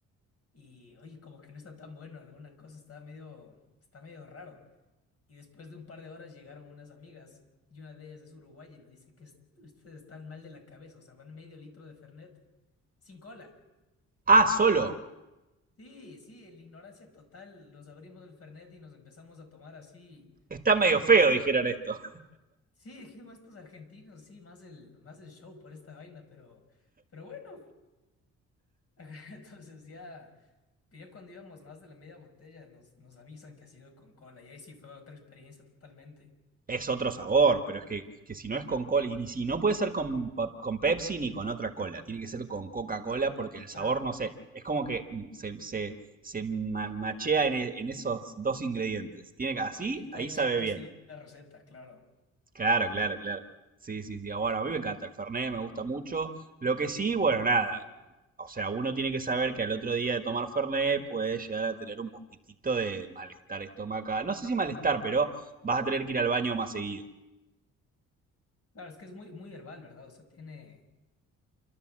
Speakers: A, on the left (about 50°); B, on the right (about 30°).
A: Y oye, como que no está tan bueno, alguna cosa está medio, está medio raro. Y después de un par de horas llegaron unas amigas y una de ellas es uruguaya y nos dice que est- ustedes están mal de la cabeza, o sea, van medio litro de Fernet sin cola.
B: Ah, solo.
A: Sí, sí, en la ignorancia total, nos abrimos el Fernet y nos empezamos a tomar así
B: Está medio
A: como,
B: feo, dijeron esto.
A: sí, dijimos estos argentinos, sí, más el, más el show por esta vaina, pero, pero bueno, <laughs> entonces ya, que ya cuando íbamos más de la media botella nos, nos avisan que ha sido con cola y ahí sí fue otra experiencia totalmente.
B: Es otro sabor, pero es que, es que si no es con cola, y ni si no puede ser con, con Pepsi ni con otra cola, tiene que ser con Coca-Cola porque el
A: Claro,
B: sabor, no sé, es como que mm, se, se, se ma- machea en, e- en esos dos ingredientes. Tiene que, así,
A: sí, ya está
B: ahí
A: hecha
B: sabe bien.
A: así la receta, claro.
B: Claro, claro, claro. Sí, sí, sí. Ah, Bueno, a mí me encanta el Fernet, me gusta mucho. Lo que sí, bueno, nada. O sea, uno tiene que saber que al otro día de tomar Fernet puede llegar a tener un poquitito de malestar estomacal. No sé si malestar, pero vas a tener que ir al baño más seguido.
A: Claro, es que es muy, muy herbal, ¿verdad? O sea, tiene.